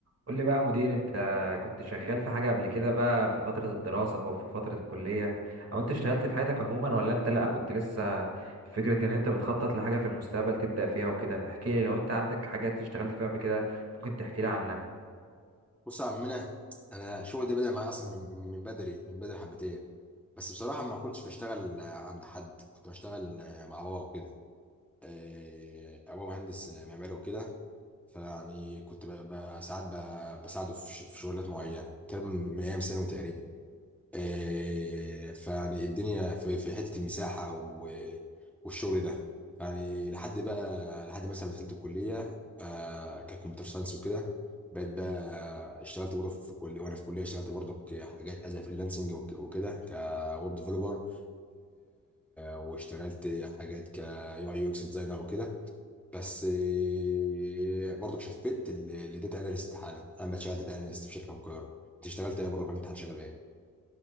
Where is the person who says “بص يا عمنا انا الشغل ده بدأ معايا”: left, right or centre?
Centre